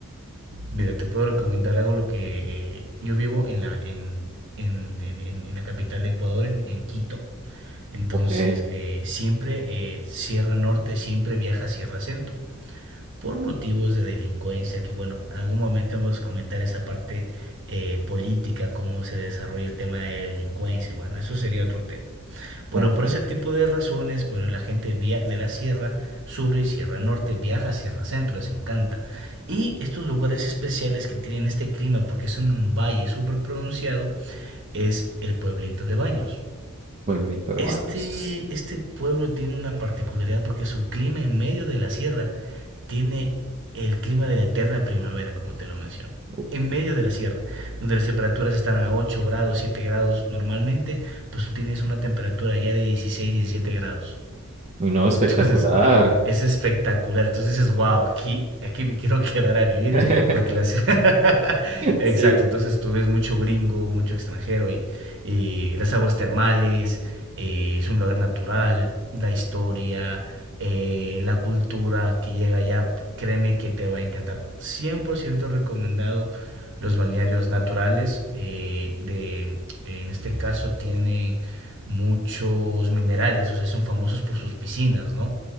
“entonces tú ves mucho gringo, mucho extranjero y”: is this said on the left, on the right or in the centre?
Right